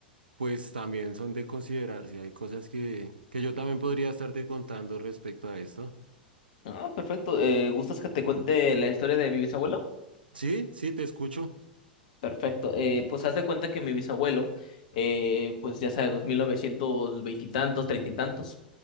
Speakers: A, on the right; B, on the left.
A: pues también son de considerarse. Hay cosas que, que yo también podría estarte contando respecto a esto.
B: Ah, perfecto. Eh, ¿gustas que te cuente la historia de mi bisabuelo?
A: Sí, sí, te escucho.
B: Perfecto. Eh, pues haz de cuenta que mi bisabuelo, eh, pues ya sabes, los 1920 y tantos, treinta y tantos,